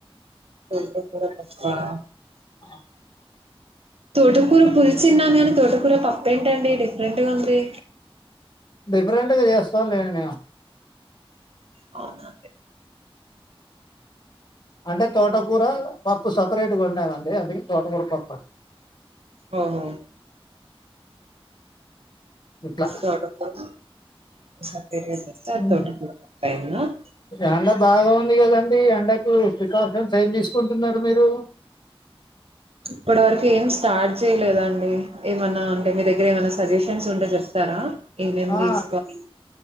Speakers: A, on the right; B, on the left.
A: <inaudible>
B: ఆ <inaudible>
A: తోటకూర పులుసు విన్నాను కాని తోటకూర పప్పేంటండి డిఫరెంట్గా ఉంది
B: డిఫరెంట్గా చేస్తాం లేండి మేము
A: అ <unintelligible> నా
B: అంటే తోటకూర పప్పు సపరేట్గా వండామండి అది తోటకూర పప్పు అండి
A: ఆహా
B: ఇట్లా
A: చడ స <unintelligible> స <unintelligible> సదు సార్
B: ఉమ్.
A: తోట <unintelligible>
B: ఎండ బాగా ఉంది కదండి ఎండకు ఈ ప్రికాషన్స్ ఏం తీసుకుంటున్నారు మీరు
A: ఇప్పటి వరకు ఏం స్టార్ట్ చేయలేదండి ఏమన్నా అంటే మీ దగ్గర ఏమైన్న సజెషన్స్ ఉంటే చెప్తారా ఏమేమి
B: ఆ
A: తీసుకోవాలి